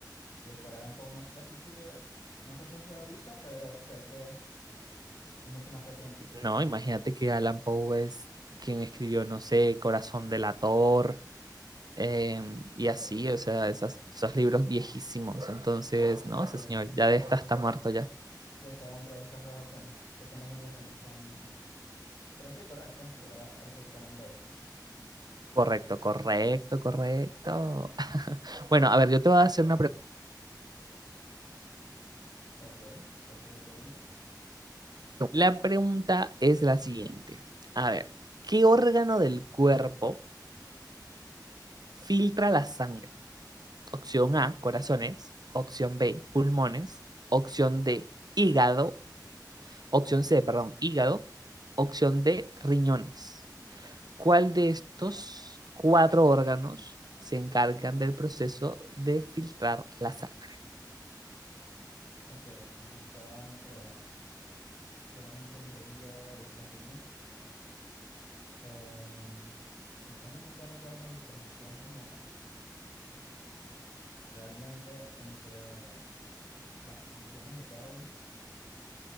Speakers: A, on the left (about 65°); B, on the right (about 60°).
A: y Edgar Allan Poe no sé si sigue, no sé si es de ahorita, pero sé que es, es mucho más reciente.
B: No, imagínate que Alan Poe es quien escribió, no sé, Corazón delator, Em, y
A: Ok,
B: así, o sea, esas- esos libros viejísimos. Entonces, no,
A: ok,
B: ese señor
A: ok.
B: ya de esta está muerto ya.
A: Sí, está entre esas dos opciones, que son las únicas que no son... Pero sí, correcto, era Arthur Conan Doyle.
B: Correcto, correcto, correcto. <laughs> Bueno, a ver, yo te voy a hacer una pregunta.
A: Ok, ¿cuál sería la pregunta?
B: La pregunta es la siguiente. A ver, ¿qué órgano del cuerpo filtra la sangre? Opción A, corazones. Opción B, pulmones. Opción D, hígado. Opción C, perdón, hígado. Opción D, riñones. ¿Cuál de estos cuatro órganos se encargan del proceso de filtrar la sangre?
A: Ok, aquí está entre, claramente entre el hígado y las riñones. Eh, no tengo muy claro cuál es la diferenciación como realmente entre las funciones de cada uno,